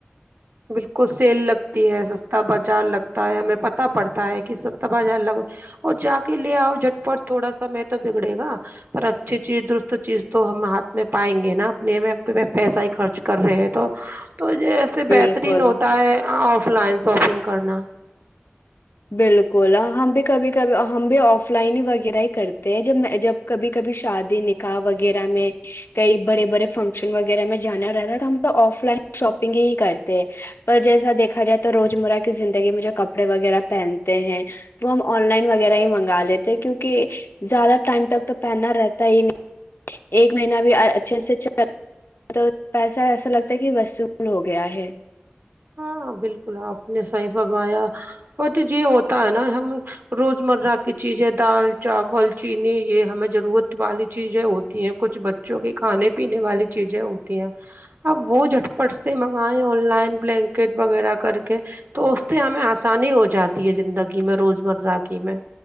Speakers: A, on the right; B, on the left.
A: بالکل سیل لگتی ہے سستا بازار لگتا ہے ہمیں پت پڑتا ہے ک س تب جا الگ ہوئے اور جا کے لیے آؤ جٹپٹ تھوڑا سا میں تو بگڑے گا پر اچھی چیز درست چیز تو ہم ہاتھ میں پائیں گے نا اپنے ہم اپنے پیسہ ہی خرچ کر رہے ہیں تو تو یہ ایسے
B: بالکل
A: ب دن ہوتا ہے آف لائن شاپنگ کرنا
B: بالکل ہم بھی کبھی کبھی ہم بھی آف لائن ہی وغیرہ ہی کرتے ہیں جب جب کبھی کبھی شادی نکاح وغیرہ میں کئی بڑے بڑے فنکشن وغیرہ میں جانا رہتا ہے تو ہم تو آف لائن شاپنگ ہی کرتے ہیں پر جیسا دیکھا جاتا روزمرہ کی زندگی مجھے کپڑے وغیرہ پہنتے ہیں وہ ہم آن لائن وغیرہ ہی منگا لیتے کیوںکہ زیادہ ٹائم تک تو پہننا رہتا ہی نہیں ایک مہینہ بھی اچھے سے چل پیسہ ایسا لگتا ہے کہ وصول ہو گیا ہے
A: ہاں بالکل آپ نے صحیح فرمایا بٹ یہ ہوتا ہے نا ہم روز مرہ کی چیزیں دال چاول چینی یہ ہمیں ضرورت والی چیزیں ہوتی ہیں کچھ بچوں کی کھانے پینے والی چیزیں ہوتی ہیں اب وہ جٹپٹ سے منگیں آن لائن بلینکٹ وغیرہ کر کے تو اس سے ہمیں آسانی ہو جاتی ہے زندگی میں روز مرہ کی میں